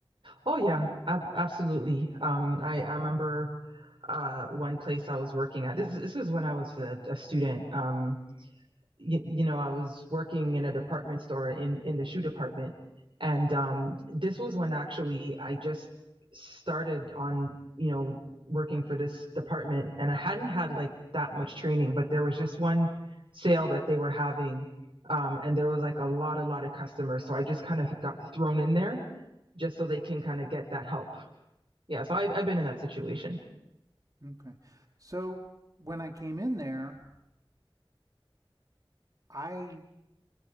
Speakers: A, on the right; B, on the right.
A: Oh yeah, ab absolutely. Um, I I remember, uh, one place I was working at. This is this is when I was a, a student. Um, you, you know, I was working in a department store in in the shoe department, and um, this was when actually I just started on you know working for this department, and I hadn't had like that much training, but there was just one sale that they were having, um, and there was like a lot a lot of customers, so I just kind of got thrown in there just so they can kind of get that help. Yeah, so I've I've been in that situation.
B: okay so when I came in there I